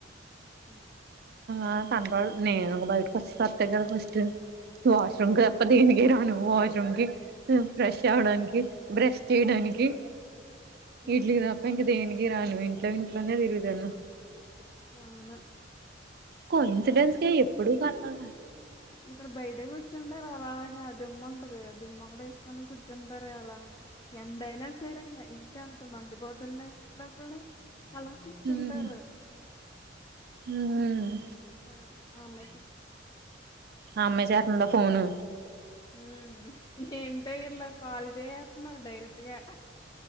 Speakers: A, on the left; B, on the right.
A: హ్మ్.
B: ఆ తన బడు నేను ఒక బయటకి వస్తే సత్తే కదా ఫస్ట్ వాష్రూమ్ కి తప్ప దీనికి రాను వాష్రూమ్ కి ఫ్రష్ అవడానికి బ్రష్ చేయడానికి
A: హ్మ్.
B: వీట్లికి తప్ప ఇంక దేనికి ఇ రాను వింట్లొ వింట్లోనే తిరుగుదను
A: అవున
B: కో ఇన్సిడెన్స్ గా ఎప్పుడు కనవల్లా
A: ఇక్కడ బయట కూచ్చుంటారు అలాగే ఆ దిమ్మ ఉంటది. అ దిమ్మకడె స్కొను కుచ్చుంటారే అలా ఎండయినా సరే ఇంటి అంత మండిపోతున్నా ఇంట్లో కూడా అలా కూర్చుంటారు.
B: మ్ హ్మ్ మ్మ్
A: ఆ ఆమెకు
B: అమ్మే యే చేతందో పోను
A: హ్మ్ ఏంటో ఇలా కాల్ చేయేత్తున్నారు డైరెక్ట్ గా